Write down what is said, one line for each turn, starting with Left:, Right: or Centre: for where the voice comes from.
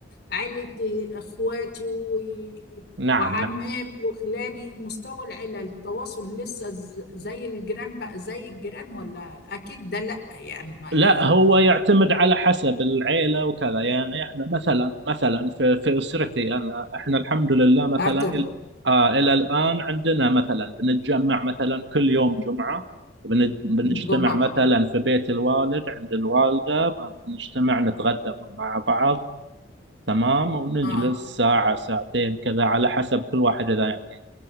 Left: عيلتي إخواتي و...
Right: نعم
Left: وعمامي
Right: نعم.
Left: وخلاني مستوى العيلة التواصل لسه ز- زي الجيران بقى زي الجيران ولا أكيد ده لأ يعني ما
Right: لا
Left: إيه
Right: هو يعتمد على حسب العيلة وكذا يعني احنا مثلا مثلا في في اسرتي انا احنا الحمد لله مثلا
Left: هاتم
Right: ال- آه الى الان عندنا مثلا بنتجمع مثلا كل يوم جمعة بن- بنجتمع
Left: الجمعة
Right: مثلا في بيت الوالد عند الوالدة بنجتمع نتغدى مع بعض تمام ونجلس
Left: آه
Right: ساعة ساعتين كذا على حسب كل واحد اذا يعني